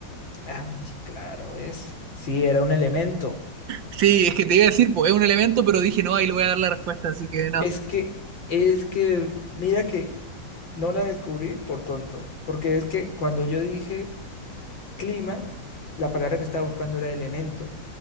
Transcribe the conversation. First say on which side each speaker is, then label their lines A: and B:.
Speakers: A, on the left; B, on the right.
A: Ah, claro, es. Sí, era un elemento.
B: Sí, es que te iba a decir, pues es un elemento, pero dije, no, ahí le voy a dar la respuesta, así que no.
A: Es que, es que, mira que no la descubrí por tonto, porque es que cuando yo dije clima, la palabra que estaba buscando era elemento,